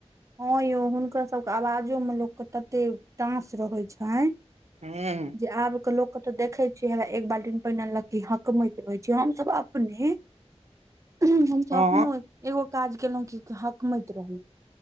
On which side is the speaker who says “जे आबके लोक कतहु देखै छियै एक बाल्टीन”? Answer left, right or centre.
Right